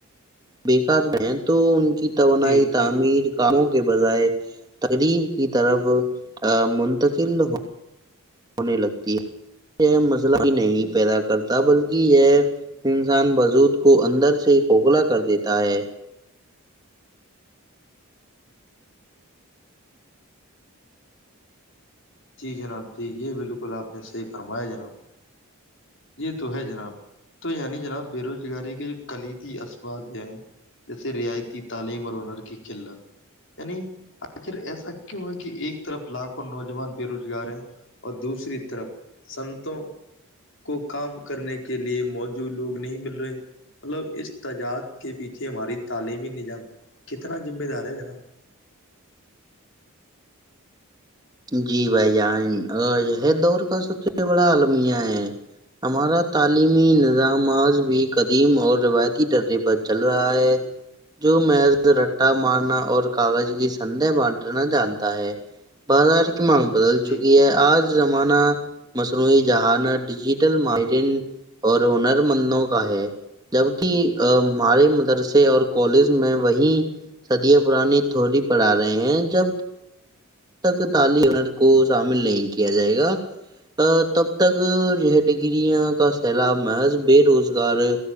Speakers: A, on the right (about 20°); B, on the left (about 55°).
A: بیکار ہیں تو ان کی توانائی
B: جی
A: تعمیر
B: جی
A: کاموں کے بجائے تقریب کی طرف منتقل ہو ہونے لگتی ہے یہ مسلہ بھی نہیں پیدا کرتا بلکہ یہ انسان بجود کو اندر سے کھکھلا کر دیتا ہے
B: جی جناب جی یہ بالکل آپ نے صحیح فرمایا جناب یہ تو ہے جناب تو یعنی جناب بے روزگاری کے کلیدی اسباب ہیں جیسے رعایتی تعلیم اور ہنر کی قلت یعنی آخر ایسا کیوں ہے کہ ایک طرف لاکھوں نوجوان بے روزگار ہیں اور دوسری طرف سنتوں کو کام کرنے کے لیے موجود لوگ نہیں مل رہے مطلب اس تجاد کے پیچھے ہماری تعلیمی نظام کتنا ذمہ دار ہے جناب
A: جی بھائی جان یہ دور کا سب سے بڑا المیہ ہے ہمارا تعلیمی نظام آج بھی قدیم اور روایتی ڈرے پر چل رہا ہے جو محز رٹا مارنا اور کاغذ کی سدے بانٹنا چاہتا ہے بازار کی مانگ بدل
B: جی
A: چکی
B: جی
A: ہے آج زمانہ مصنوعی جہانت ڈیجیٹل ماہرین اور ہنر مندوں کا ہے جبک ہمارے مدرسے اور کالج میں وہی سدیہ پرانی تھوری پڑھا رہے ہیں جب تک تالی ہنر کو شامل نہیں کیا جائے گا تب تک یہ ڈگریاں کا سیلاب محض بے روزگار